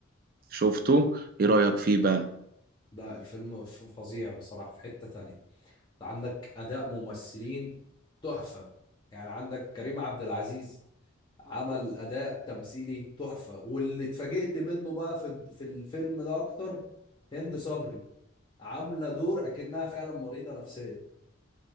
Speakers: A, on the right; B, on the left.
A: شفته ايه رأيك فيه بقى
B: ده الفيلم ف- فظيع بصراحه في حته تانية عندك اداء ممثلين تحفه يعني عندك كريم عبد العزيز عمل اداء تمثيلي تحفه واللي اتفاجئت منه بقى في في الفيلم ده اكتر هند صبري عامله دور اكنها فعلا مريضه نفسيه